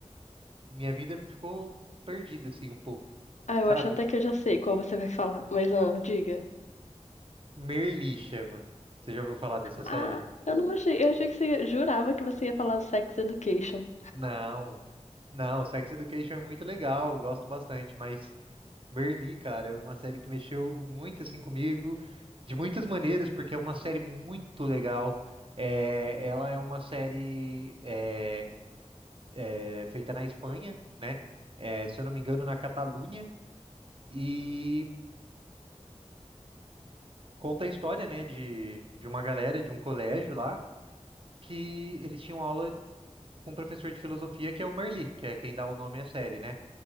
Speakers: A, on the right; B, on the left.
A: minha vida ficou perdida assim um pouco,
B: Ah,
A: sabe?
B: eu acho até que eu já sei qual você vai falar, mas ah, diga.
A: Merli chama. Você já ouviu falar dessa série?
B: Ah, eu não achei, eu achei que você ia- jurava que você ia falar Sex Education.
A: Não. Não, Sex Education é muito legal, eu gosto bastante, mas Merli, cara, é uma série que mexeu muito assim comigo, de muitas maneiras, porque é uma série muito legal. É, ela é uma série é, é, feita na Espanha, né? É, se eu não me engano, na Catalunha, e conta a história, né, de, de uma galera de um colégio lá que eles tinham aula com um professor de filosofia que é o Merli, que é quem dá o nome à série, né?